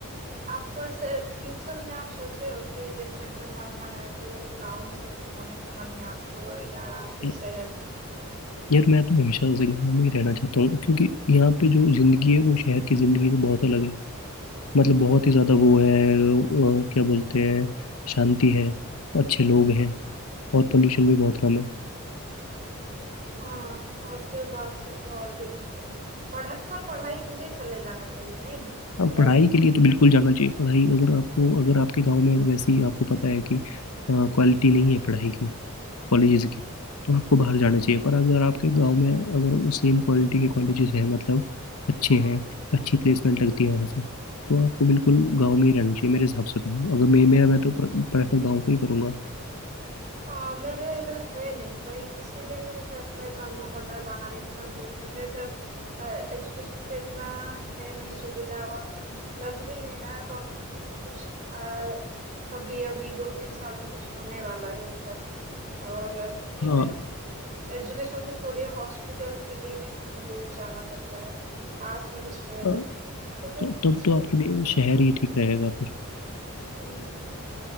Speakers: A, on the right (about 35°); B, on the left (about 85°).
A: आपको ऐसे फ्यूचर में आप सोचे हो कि सेटल होना है तो गांव में सेटल होने का मन है आपको या फिर
B: य-
A: शहर में
B: यार मैं तो हमेशा से गाँव में ही रहना चाहता हूँ क्योंकि यहाँ पे जो ज़िंदगी है वो शहर की ज़िंदगी से बहुत अलग है मतलब बहुत ही ज़्यादा वो है वो क्या बोलते हैं शांति है अच्छे लोग हैं और पोल्यूशन भी बहुत कम है
A: हाँ आपके बात से तो और भी मुझे पढ़ाई पर पढ़ाई के लिए चले जाना चाहिए नहीं मतलब
B: हाँ पढ़ाई के लिए तो बिल्कुल जाना चाहिए पढ़ाई अगर आपको अगर आपके गांव में वैसी आपको पता है कि क्वालिटी नहीं है पढ़ाई की कॉलेजेस
A: हम्म
B: की तो आपको बाहर जाना चाहिए पर अगर आपके गांव में अगर वो सेम क्वालिटी के कॉलेजेस हैं मतलब अच्छे
A: हाँ
B: हैं अच्छी प्लेसमेंट लगती है वहाँ से तो आपको बिल्कुल गांव में ही रहना चाहिए मेरे हिसाब से तो अगर मे, मेरा मैं तो प्रेफर गांव को ही करूँगा
A: हाँ मेरे इधर है नहीं भाई इसीलिए तो मुझे अप्लाई करना पड़ रहा है बाहर इतना दूर मेरे इधर एजुकेशन का इतना है नहीं सुविधा और लग भी नहीं रहा है गवर्नमेंट कुछ अ, कभी अभी दो तीन साल में कुछ होने वाला है इधर और इवन
B: हाँ
A: एजुकेशन तो छोड़िए हॉस्पिटल के लिए भी इतना दूर जाना पड़ता है पास में कुछ है
B: अ,
A: नहीं तो फिर
B: तो- तब
A: सब
B: तो आपके लिए शहर ही ठीक रहेगा फिर
A: हम्म,